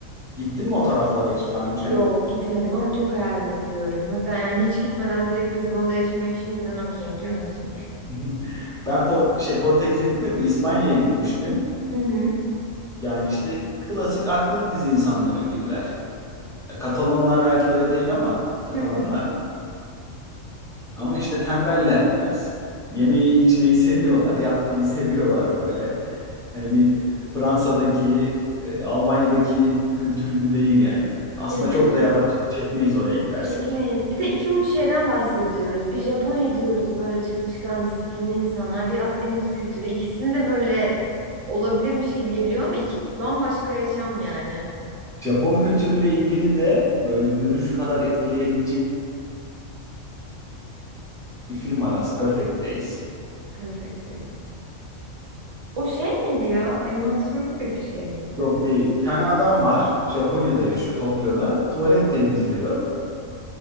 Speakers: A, in the centre; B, on the right.
A: Gittin mi o taraflara hiç daha önce?
B: Yok gitmedim ama çok hayalini kuruyorum. Hatta yani hiç gitmeden direkt Lizbon'da yaşamayı şimdiden okeyim biliyor musun?
A: <laughs> Ben Po- şey Portekiz'e gitmedim de İspanya'ya gitmiştim.
B: Hı hı.
A: Yani işte klasik Akdeniz insanları gibiler. Ya Katalonlar belki öyle değil ama Katalanlar.
B: Hı hı.
A: Ama işte tembeller biraz. Yemeği içmeyi seviyorlar, yatmayı seviyorlar böyle. Hani bir Fransa'daki, e, Almanya'daki kültür gibi değil yani. Aslında
B: Ya
A: çok
B: değil mi?
A: da yabancılık çekmeyiz oraya gidersek.
B: Tekmeyiz. Bir de iki uç şeyden bahsediyoruz. Bir Japonya diyoruz böyle çalışkan, disiplinli insanlar. Bir Akdeniz kültürü. İkisinde böyle olabilirmiş gibi geliyor ama iki bambaşka yaşam yani.
A: Japon kültürüyle ilgili de böyle Bruges kadar etkileyebilecek bir film var aslında. Perfect Days.
B: Perfect Days. O şey miydi ya? Animasyon gibi bir şey miydi?
A: Yok değil. Bir tane adam var. Japonya'da yaşıyor, Tokyo'da. Tuvalet temizliyor.